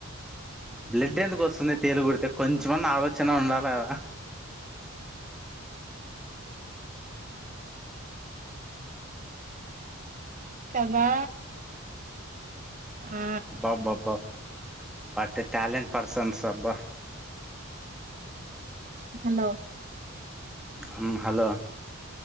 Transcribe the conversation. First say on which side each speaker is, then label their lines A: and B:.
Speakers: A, in the centre; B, on the right.
A: బ్లడ్ ఎందుకు వస్తుంది తేలుకుడితే కొంచెమన్న ఆలోచన ఉండాలె కదా
B: కదా ఆ
A: బాబ్బాబ్బా వాట్ ఎ ట్యాలెంట్ పర్సన్స్ అబ్బా
B: హలో
A: ఉమ్ హలో